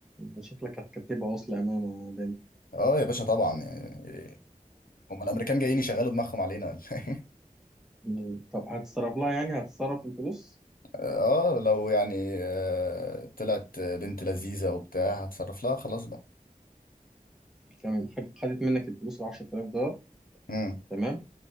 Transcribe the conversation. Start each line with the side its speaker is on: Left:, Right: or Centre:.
Centre: شكلك هتكتبها وصل امانه
Left: اه يا باشا طبعا يعني هم الامريكان جايين يشغلوا دماغهم علينا ولا إيه؟
Centre: مم. طب هتتصرف لها يعني هتتصرف الفلوس
Left: <laughs> اه لو يعني آه، طلعت بنت لذيذة وبتاع هتصرف لها خلاص بقى
Centre: تمام خد- خدت منك الفلوس ال 10000 دولار
Left: امم
Centre: تمام